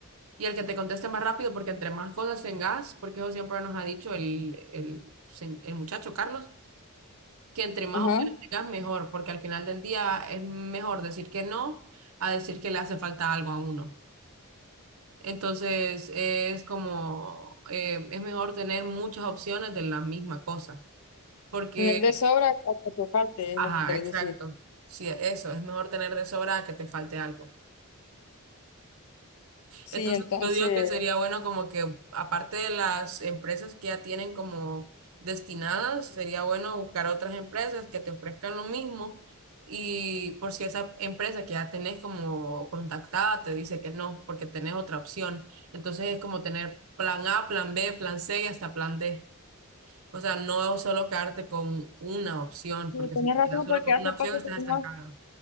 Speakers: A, on the right; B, on the left.
A: Y el que te conteste más rápido, porque entre más cosas tengas, porque eso siempre nos ha dicho el, el, sen- el muchacho Carlos, que entre más
B: ajá.
A: opciones tengas, mejor, porque al final del día es mejor decir que no a decir que le hace falta algo a uno. Entonces, es como, eh, es mejor tener muchas opciones de la misma cosa, porque
B: Tener de sobra hasta que te falte
A: Ajá,
B: es lo que quieres
A: exacto.
B: decir.
A: Sí, eso, es mejor tener de sobra a que te falte algo.
B: Sí,
A: Entonces,
B: entonces,
A: yo digo que sería bueno como que, aparte de las empresas que ya tienen como destinadas, sería bueno buscar otras empresas que te ofrezcan lo mismo y por si esa empresa que ya tenés como contactada te dice que no, porque tenés otra opción. Entonces, es como tener plan A, plan B, plan C y hasta plan D. O sea, no solo quedarte con una opción,
B: sí,
A: porque
B: tienes
A: si te
B: razón
A: quedas solo
B: porque
A: con
B: hace
A: una opción,
B: poco
A: estás
B: tuvimos
A: estancado.